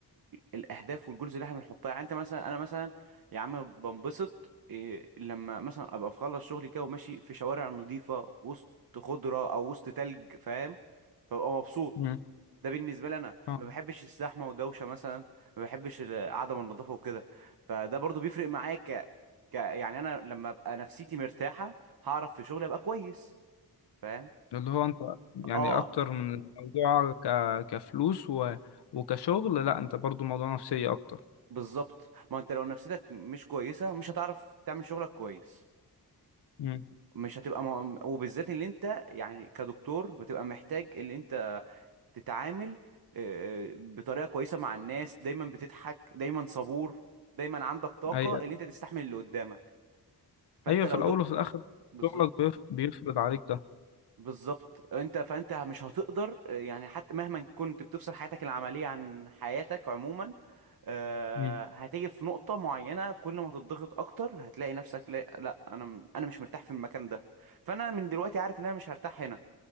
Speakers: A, on the right; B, on the left.
A: الاهداف والجولز اللي احنا بنحطها يعني انت مثلا انا مثلا يا عم بنبسط إيه لما مثلا ابقى مخلص شغلي كده وماشي في شوارع نظيفه وسط خضره او وسط تلج فاهم فببقى مبسوط
B: مم.
A: ده بالنسبه لي انا
B: فاهم.
A: ما بحبش الزحمه ودوشه مثلا ما بحبش ال- عدم النظافه وكده فده برضو بيفرق معايا ك... ك يعني انا لما ابقى نفسيتي مرتاحه هعرف في شغلي ابقى كويس فاهم
B: اللي هو انت يعني
A: اه
B: اكتر من الموضوع ك... كفلوس و... وكشغل لا انت برضو موضوع نفسية اكتر
A: بالظبط ما انت لو نفسيتك مش كويسه مش هتعرف تعمل شغلك كويس
B: مم.
A: مش هتبقى م... وبالذات اللي انت يعني كدكتور بتبقى محتاج اللي انت تتعامل آه، بطريقة كويسة مع الناس دايما بتضحك دايما صبور دايما عندك طاقة
B: ايوه
A: اللي انت تستحمل اللي قدامك فانت
B: ايوه في
A: لو
B: الاول
A: ده
B: وفي الاخر
A: بالظبط
B: شغلك بيف- بيفرض عليك ده
A: بالظبط انت فانت مش هتقدر آه، يعني حتى مهما كنت بتفصل حياتك العملية عن حياتك عموما آه،
B: مم.
A: هتيجي في نقطة معينة كل ما تضغط أكتر هتلاقي نفسك لا, لا أنا أنا مش مرتاح في المكان ده فأنا من دلوقتي عارف إن أنا مش هرتاح هنا